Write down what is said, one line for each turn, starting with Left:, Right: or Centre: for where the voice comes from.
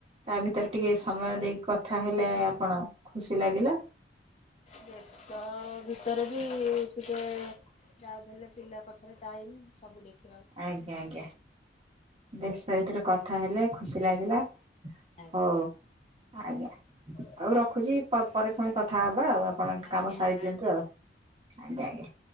Right: ଆଭିତରେ ଟିକେ ସମୟ ଦେଇ କଥା ହେଲେ ଆପଣ ଖୁସି ଲାଗିଲା।
Left: ବେସ୍ତ ଭିତରେ ବି ଟିକେ ଯାହାଵି ହେଲେ ପିଲା ପଛରେ ଟାଇମି ସବୁ ଦେଖେ!
Right: ଆଜ୍ଞା ଆଜ୍ଞା! ବ୍ୟସ୍ତ ଭିତରେ କଥା ହେଲେ ଖୁସି ଲାଗିଲା।
Left: ଆଜ୍ଞା!
Right: ହଉ ଆଜ୍ଞା!
Left: ଆଜ୍ଞା
Right: ଆଉ ରଖୁଚି ପ ପରେ ପୁଣି କଥା ହବା ଆଉ। ହନ୍ତୁ
Left: ଆଜ୍ଞା
Right: କାମ ସାରି
Left: ଆଜ୍ଞା
Right: ଦିଅନ୍ତୁ ଆଉ ଆଜ୍ଞା ଆଜ୍ଞା।